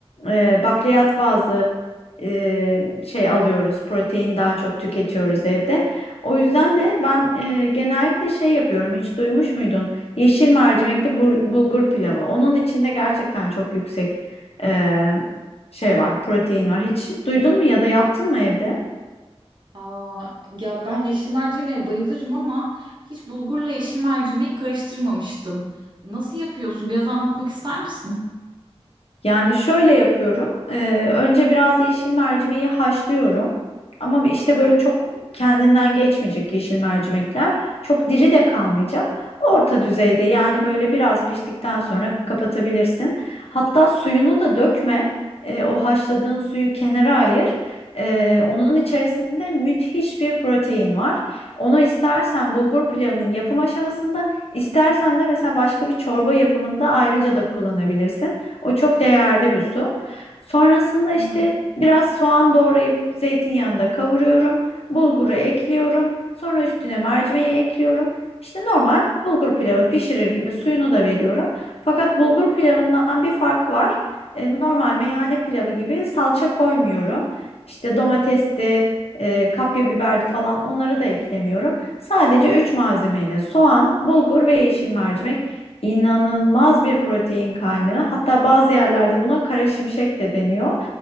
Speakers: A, on the left; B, on the right.
A: e, bakliyat bazlı e, şey alıyoruz. Protein daha çok tüketiyoruz evde. O yüzden de ben e, genellikle şey yapıyorum. Hiç duymuş muydun? Yeşil mercimekli bul- bulgur pilavı. Onun içinde gerçekten çok yüksek e, şey var, protein var. Hiç duydun mu ya da yaptın mı evde?
B: Aa, ya ben yeşil mercimeğe bayılırım ama hiç bulgurla yeşil mercimeği karıştırmamıştım. Nasıl yapıyorsun? Biraz anlatmak ister misin?
A: Yani şöyle yapıyorum. Ee, önce biraz yeşil mercimeği haşlıyorum. Ama işte böyle çok kendinden geçmeyecek yeşil mercimekler. Çok diri de kalmayacak. Orta düzeyde yani böyle biraz piştikten sonra kapatabilirsin. Hatta suyunu da dökme. Ee, o haşladığın suyu kenara ayır. Ee, onun içerisinde müthiş bir protein var. Onu istersen bulgur pilavının yapım aşamasında, istersen de mesela başka bir çorba yapımında ayrıca da kullanabilirsin. O çok değerli bir su. Sonrasında
B: Hı
A: işte
B: hı.
A: biraz soğan doğrayıp zeytinyağında kavuruyorum. Bulguru ekliyorum. Sonra üstüne mercimeği ekliyorum. İşte normal bulgur pilavı pişirir gibi suyunu da veriyorum. Fakat bulgur pilavından bir farkı var. E, normal meyhane pilavı gibi salça koymuyorum. İşte domatesti, e, kapya biberdi falan onları da eklemiyorum. Sadece 3 malzemeyle soğan, bulgur ve yeşil mercimek inanılmaz bir protein kaynağı. Hatta bazı yerlerde buna kara şimşek de deniyor.